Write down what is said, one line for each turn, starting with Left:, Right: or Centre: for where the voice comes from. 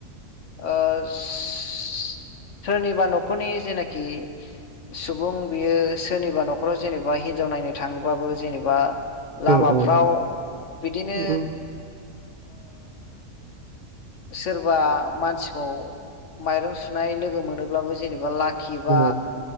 Left: ओ सोरनिबा न'खरनि जेनाखि। सुबुं बियो सोरनिबा न'खराव जेनेबा हिनजाव नायनो थाङोबाबो जेनेबा। लामाफ्राव
Right: उम उम उम
Left: बिदिनो।
Right: उम
Left: सोरबा मानसिखौ माइरं सुनाय लोगो मोनोब्लाबो जेनेबा लाखि। खिबा
Right: उम